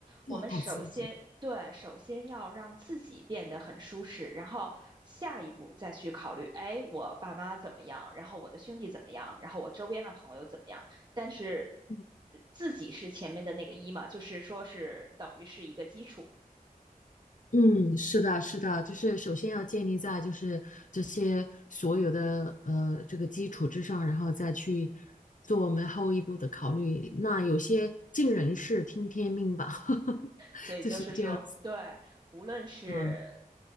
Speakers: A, on the left; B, on the right.
A: 做好自己。
B: 我们首先，对，首先要让自己变得很舒适，然后下一步再去考虑，哎，我爸妈怎么样，然后我的兄弟怎么样，然后我周边的朋友怎么样。但是
A: 嗯
B: 呃自己是前面的那个一嘛，就是说是等于是一个基础，
A: 嗯，是的，是的，就是首先要建立在就是这些所有的呃这个基础之上，然后再去做我们后一步的考虑。那有些尽人事，听天命吧，<laughs>
B: 所以就是说，
A: 就是这样子
B: 对。无论是
A: 嘛。